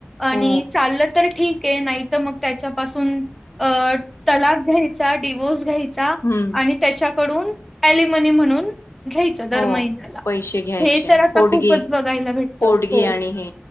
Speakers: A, in the centre; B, on the left (about 85°).
A: आणि
B: हो.
A: चाललं तर ठीक आहे नाही तर मग त्याच्यापासून अ तलाक घ्यायचा डिवोर्स घ्यायचा
B: हं.
A: आणि त्याच्या कडून एलीमनी म्हणून घ्यायचं दर
B: हो.
A: महिन्याला
B: पैसे घ्यायचे.
A: हे तर आता
B: पोटगी
A: खूपच बघायला भेटत
B: पोटगी
A: हो
B: आणि हे